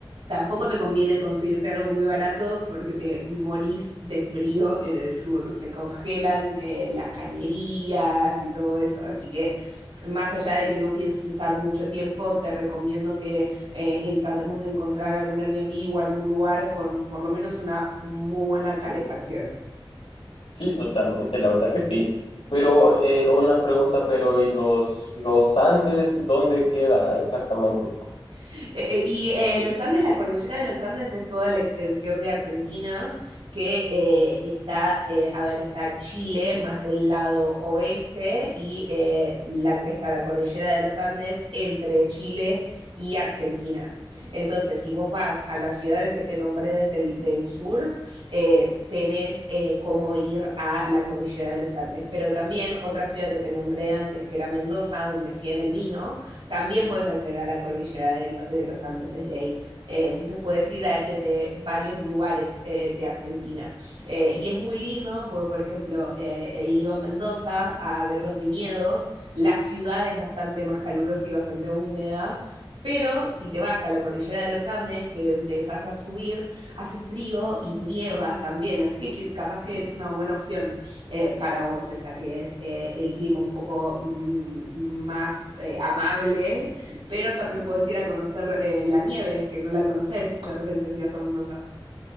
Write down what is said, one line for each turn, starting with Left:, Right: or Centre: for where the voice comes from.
Right: tampoco te conviene conseguirte algo muy barato porque te morís de frío en el sur. Se congelan eh, las cañerías y todo eso. Así que, más allá de que no pienses estar mucho tiempo, te recomiendo que eh, en- tratemos de encontrar algún Airbnb o algún lugar con por lo menos una muy buena calefacción.
Left: Sí, totalmente, la verdad que sí. Pero eh, una pregunta, pero ¿y los, los Andes dónde queda exactamente?
Right: Eh, eh, y eh, los Andes, la cordillera de los Andes es toda la extensión de Argentina que eh, está, eh, a ver, está Chile más del lado oeste y eh, la, está la cordillera de los Andes entre Chile y Argentina. Entonces, si vos vas a las ciudades que te nombré desde el del sur, eh, tenés eh, cómo ir a la cordillera de los Andes. Pero también otra ciudad que te nombré antes, que era Mendoza, donde hacían el vino, también puedes acceder a la cordillera de, lo, de los Andes desde ahí. Eh, entonces puedes ir a, desde varios lugares eh, de Argentina. Eh, y es muy lindo, porque por ejemplo eh, he ido a Mendoza a ver los viñedos, la ciudad es bastante más calurosa y bastante húmeda, pero si te vas a la cordillera de los Andes, que empezás a subir, hace frío y nieva también, así que que capaz que es una buena opción eh, para vos, esa que es eh, el clima un poco mm, más eh, amable, pero también podés ir a conocer eh, la nieve, que no la conoces de repente si vas a Mendoza.